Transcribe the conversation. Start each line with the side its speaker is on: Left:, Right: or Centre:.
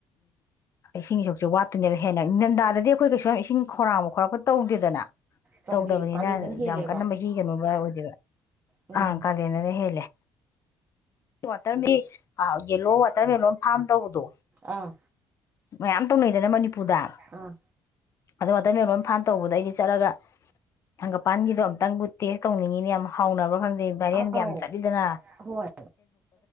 Left: ꯏꯁꯤꯡ ꯏ ꯁꯁꯨꯁꯦ ꯋꯥꯠꯇꯨꯅꯦꯕ ꯍꯦꯟꯅ ꯅꯟꯗꯥꯗꯗꯤ ꯑꯩꯈꯣꯏ ꯀꯩꯁꯨ ꯌꯥꯝ ꯏꯁꯤꯡ ꯈꯧꯔꯥꯡꯕ ꯈꯣꯔꯛꯄ ꯇꯧꯗꯦꯗꯅ
Right: ꯇꯧꯗꯦ
Left: ꯇꯧꯗꯕꯅꯤꯅ
Right: ꯀꯥꯂꯦꯟꯗꯅ ꯍꯦꯜꯂꯦꯕ
Left: ꯌꯥꯝ ꯀꯟꯅ ꯃꯍꯤꯒꯅꯣꯕ <inaudible>
Right: ꯎꯝ
Left: ꯑ ꯀꯗꯅꯅꯦ ꯍꯦ ꯋꯥꯇꯔ ꯌꯦꯂꯣ ꯋꯥꯇꯔꯃꯦꯂꯂꯣꯟ ꯐꯥꯔꯝ ꯇꯧꯕꯗꯣ
Right: ꯑꯥ
Left: ꯃꯌꯥꯝ ꯇꯧꯅꯩꯗꯅ ꯃꯅꯤꯄꯨꯔ ꯄꯨꯗꯥ
Right: ꯑꯥ
Left: ꯑꯗꯨ ꯃꯇꯝ ꯂꯣꯏ ꯐꯥꯝ ꯇꯧꯕꯗ ꯑꯩꯗꯤ ꯆꯠꯂꯒ ꯍꯒꯄꯥꯟꯒꯤꯗꯣ ꯑꯨꯛꯇꯪꯕꯨ ꯇꯦꯁ ꯇꯧꯅꯤꯡꯉꯤꯅꯤ ꯌꯥꯝ ꯍꯥꯎꯅꯕ ꯈꯪꯗꯦ ꯔꯤꯦꯟꯦꯟꯒ
Right: ꯑꯥꯎ
Left: ꯌꯥꯝ ꯆꯠꯗꯅ
Right: ꯍꯣꯏ